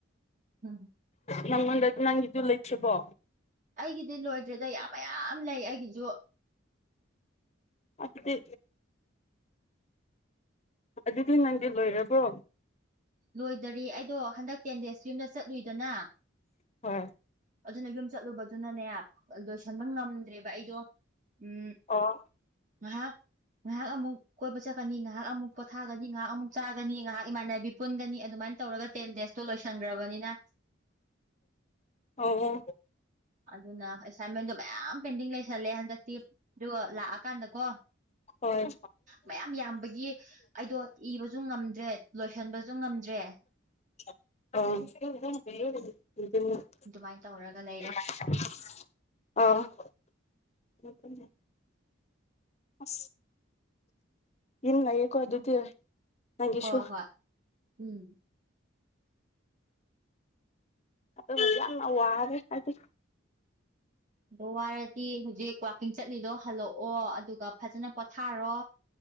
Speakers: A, on the right (about 40°); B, on the left (about 35°).
A: ꯎꯝ
B: ꯅꯪꯉꯣꯟꯗ ꯅꯪꯒꯤꯗꯨ ꯂꯩꯇ꯭ꯔꯤꯕꯣ
A: ꯑꯩꯒꯤꯗꯤ ꯂꯣꯏꯗ꯭ꯔꯦꯗ ꯌꯥꯝ ꯃꯌꯥꯝ ꯂꯩ ꯑꯩꯒꯤꯁꯨ
B: ꯑꯗꯨꯗꯤ ꯑꯗꯨꯗꯤ ꯅꯪꯗꯤ ꯂꯣꯏꯔꯕꯣ
A: ꯂꯣꯏꯗꯔꯤ ꯑꯩꯗꯣ ꯍꯟꯗꯛ ꯇꯦꯟ ꯗꯦꯖꯁꯨ ꯌꯨꯝꯗ ꯆꯠꯂꯨꯏꯗꯅ
B: ꯍꯥ
A: ꯑꯗꯨꯅ ꯌꯨꯝ ꯆꯠꯂꯨꯕꯗꯨꯅꯅꯦ ꯂꯣꯏꯁꯟꯕ ꯉꯝꯗ꯭ꯔꯦꯕ ꯑꯩꯗꯣ ꯎꯝ
B: ꯑꯣ
A: ꯉꯥꯏꯍꯥꯛ ꯉꯥꯏꯍꯥꯛ ꯑꯃꯨꯛ ꯀꯣꯏꯕ ꯆ ꯆꯥꯛꯀꯅꯤ ꯉꯥꯏꯍꯥꯛ ꯑꯃꯨꯛ ꯄꯣꯊꯥꯒꯅꯤ ꯉꯥꯏꯍꯥꯛ ꯑꯃꯨꯛ ꯆꯥꯒꯅꯤ ꯉꯥꯏꯍ ꯏꯃꯥꯟꯅꯕꯤ ꯄꯨꯟꯗꯅꯤ ꯑꯗꯨꯃꯥꯏꯅ ꯇꯧꯔꯒ ꯇꯦꯟ ꯗꯦꯖꯇꯣ ꯂꯣꯏꯁꯟꯈ꯭ꯔꯕꯅꯤꯅ
B: ꯑꯣ
A: ꯑꯗꯨꯅ ꯑꯦꯁꯥꯏꯟꯃꯦꯟꯗꯣ ꯃꯌꯥꯝ ꯄꯦꯟꯗꯤꯡ ꯂꯩꯁꯜꯂꯦ ꯍꯟꯗꯛꯇꯤ ꯑꯣ ꯂꯥꯛꯑꯀꯥꯟꯗꯀꯣ
B: ꯍꯣꯏ
A: ꯃꯌꯥꯝ ꯌꯥꯝꯕꯒꯤ ꯑꯩꯗꯣ ꯏꯕꯁꯨ ꯉꯝꯗ꯭ꯔꯦ ꯂꯣꯏꯁꯤꯟꯕꯁꯨ ꯉꯝꯗ꯭ꯔꯦ <unintelligible>
B: ꯑ ꯑꯥ
A: ꯑꯗꯨꯃꯥꯏꯅ ꯇꯧꯔꯒ ꯂꯩꯔꯦ
B: ꯑꯗꯨ ꯑꯁ ꯏꯜ ꯌꯦꯀꯣꯋꯥ ꯑꯗꯨꯗꯤ ꯅꯪꯒꯤꯁꯨ
A: ꯍꯣꯏ ꯍꯣꯏ ꯎꯝ
B: ꯑ ꯌꯥꯝ ꯋꯥꯔꯦ ꯍꯥꯏꯗꯤ
A: ꯑꯗꯨ ꯋꯥꯔꯗꯤ ꯍꯧꯖꯤꯛ ꯋꯥꯋꯥꯛꯀꯤꯡ ꯆꯠꯂꯤꯗꯣ ꯍꯜꯂꯛꯑꯣ ꯑꯗꯨꯒ ꯐꯖꯅ ꯄꯣꯊꯥꯔꯣ